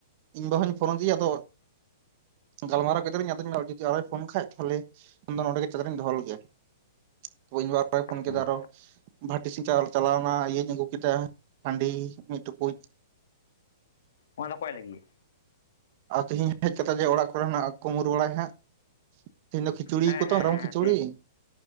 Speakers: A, on the right (about 40°); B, on the left (about 60°).
A: ᱤᱧ ᱵᱟᱵᱟᱩᱧ ᱯᱷᱳᱱ ᱟᱫᱮᱭᱟ ᱟᱫᱚ ᱜᱟᱞᱢᱟᱨᱟᱣ ᱠᱮᱫᱟ ᱞᱤᱧ ᱟᱫᱚᱧ ᱡᱩᱫᱤ ᱟᱨᱚᱭ ᱯᱷᱳᱱ ᱠᱷᱟᱡ ᱛᱟᱦᱚᱞᱮ ᱯᱷᱳᱱ ᱫᱚ ᱱᱚᱰᱮ ᱜᱮ ᱪᱟᱡᱽᱨᱮᱧ ᱫᱚᱦᱚ ᱞᱮᱜᱮ <unintelligible> ᱯᱷᱳᱱ ᱠᱮᱫᱟ
B: ᱦᱩᱸ
A: ᱟᱨᱚ ᱵᱷᱟᱴᱤ ᱥᱤ ᱪᱟᱞᱟᱣ ᱮᱱᱟ ᱤᱭᱟᱹᱧ ᱟᱹᱜᱩ ᱠᱮᱫᱟ ᱦᱟᱺᱰᱤ ᱢᱤᱫ ᱴᱩᱠᱩᱡ
B: ᱚᱱᱟ ᱫᱚ ᱚᱠᱚᱭ ᱞᱟᱹᱜᱤᱫ?
A: ᱟᱨ ᱛᱤᱦᱤᱧ ᱦᱮᱡ ᱠᱟᱛᱮ ᱡᱮ ᱚᱲᱟᱜ ᱠᱚᱨᱮᱱᱟᱜ ᱠᱩᱢ ᱨᱩᱣᱟᱹᱲᱟᱭ ᱠᱷᱟᱡ ᱛᱮᱦᱤᱧ ᱫᱚ ᱠᱤ ᱪᱩᱲᱤ
B: ᱦᱮᱸ
A: ᱠᱚᱛᱚ
B: ᱦᱮᱸ
A: ᱨᱚᱝ
B: ᱦᱮᱸ ᱦᱮᱸ
A: ᱠᱚ ᱪᱩᱲᱤ
B: ᱛᱤ